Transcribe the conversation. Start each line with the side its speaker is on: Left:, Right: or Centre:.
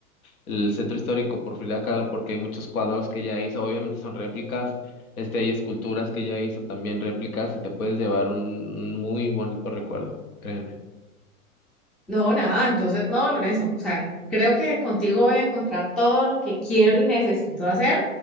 Left: el centro histórico por Frida Kahlo porque hay muchos cuadros que ya hizo, obviamente son réplicas, este, hay esculturas que ya hizo también réplicas y te puedes llevar un, un muy bonito recuerdo, créeme.
Centre: No, nada, entonces, no, Lorenzo, o sea, creo que contigo voy a encontrar todo lo que quiero y necesito hacer.